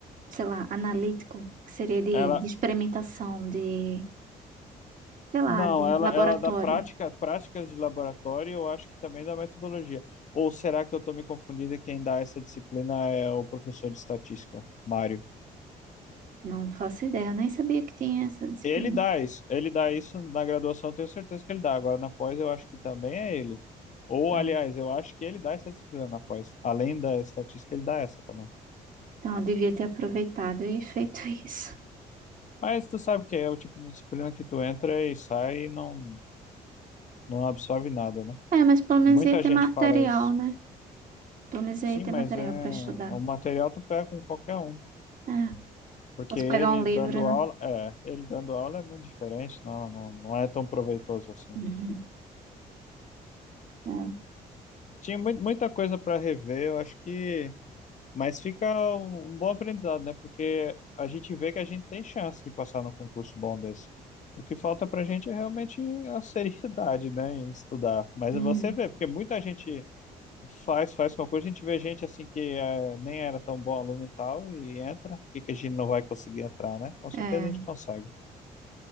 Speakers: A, on the right (about 55°); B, on the left (about 45°).
A: sei lá, analítico, que seria de,
B: Ela,
A: de experimentação, de, sei lá,
B: não,
A: de
B: ela,
A: laboratório.
B: ela dá prática, práticas de laboratório e eu acho que também dá metodologia. Ou será que eu estou me confundindo e quem dá essa disciplina é o professor de estatística, Mário?
A: Não faço ideia, eu nem sabia que tinha essa disciplina.
B: Ele dá isso, ele dá isso na graduação, eu tenho certeza que ele dá. Agora na pós eu acho que também é ele. Ou,
A: Ah,
B: aliás, eu acho que ele dá essa disciplina na pós. Além da estatística, ele dá essa também.
A: Então eu devia ter aproveitado e feito <laughs> isso.
B: Mas tu sabe que é o tipo de disciplina que tu entra e sai e não, não absorve nada, né?
A: É, mas pelo menos
B: Muita
A: ia ter
B: gente
A: material,
B: fala isso.
A: né? Pelo menos ia
B: Sim,
A: ter
B: mas
A: material
B: é,
A: para estudar.
B: o material tu pega com qualquer um,
A: É,
B: porque
A: posso
B: ele
A: pegar um livro,
B: dando
A: né?
B: aula, é, ele dando aula é muito diferente, não, não, não é tão proveitoso assim.
A: Uhum, é,
B: Tinha mui- muita coisa para rever, eu acho que, mas fica um, um bom aprendizado, né? Porque a gente vê que a gente tem chance de passar num concurso bom desse. O que falta pra gente é realmente a seriedade, né, em estudar. Mas
A: uhum,
B: você vê, porque muita gente Faz, faz com a A gente vê gente assim que eh, nem era tão bom aluno e tal, e entra. Por que que a gente não vai conseguir entrar, né? Com certeza
A: é.
B: a gente consegue.